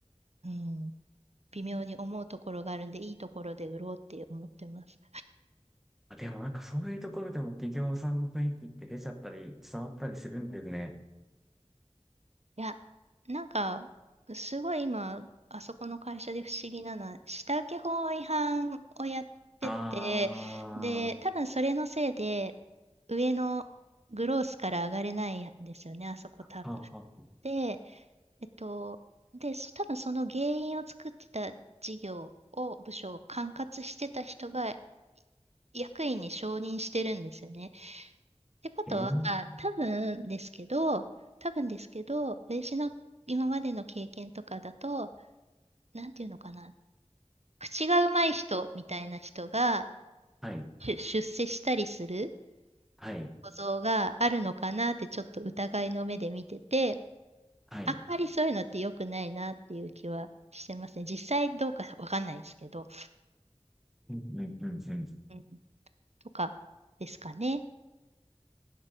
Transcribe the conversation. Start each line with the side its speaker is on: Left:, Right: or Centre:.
Right: うん、微妙に思うところがあるんで、いいところで売ろうって思ってます。
Centre: あ、でもなんかそういうところでも企業さんの雰囲気って出ちゃったり、伝わったりするんですね。
Right: いや、なんか、すごい今、あそこの会社で不思議なのは、下請け法違反をやってて、
Centre: ああ、
Right: で、
Centre: は
Right: 多分それのせいで、上のグロースから上がれないんですよね、あそこ多分。
Centre: あ、はあ、は
Right: でえっと、で、そ多分その原因を作ってた事業を、部署を管轄してた人が役員に承認してるんですよね。ってことは、
Centre: えー、
Right: 多分ですけど、多分ですけど、私の今までの経験とかだと、なんていうのかな、口がうまい人みたいな人が
Centre: はい、
Right: 出出世したりする
Centre: はい、
Right: 構造があるのかなってちょっと疑いの目で見てて、
Centre: はい。
Right: あんまりそういうのって良くないなっていう気はしてますね。実際どうかわかんないですけど、
Centre: うん、うん、うん、うん。
Right: うん、とかですかね。